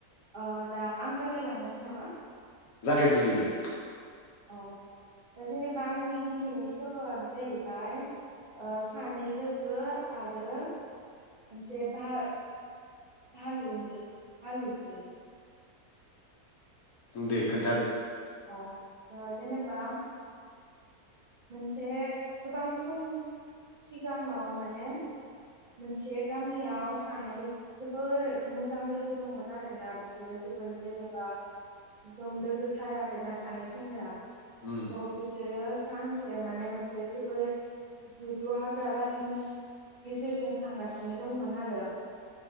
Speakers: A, on the right (about 75°); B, on the left (about 70°).
A: ओ दा आं जागायलांनोसै नामा?
B: जागाय ग्रोदो दे।
A: अह। दा जेनेबा आंनि दिनैनि सल'आनो जाहैबाय सानै लोगो आरो मोनसे भार भालुनि भालुनि।
B: दे खोन्थादो।
A: अह। ओ जेनेबा मोनसे गोबां सम सिगाङाव माने मोनसे गामियाव सानै जोबोर मोजां लोगो दंमोन आरोना बिसोरो जो जोबोर जेनेबा एकदम लोगोथार आरोना सानै सेंग्रा। थ
B: उम
A: बिसोरो सानसे माने मोनसे जोबोर गुदु हाग्रा बारिनि सि गेजेरजों थांगासिनो दंमोन आरो।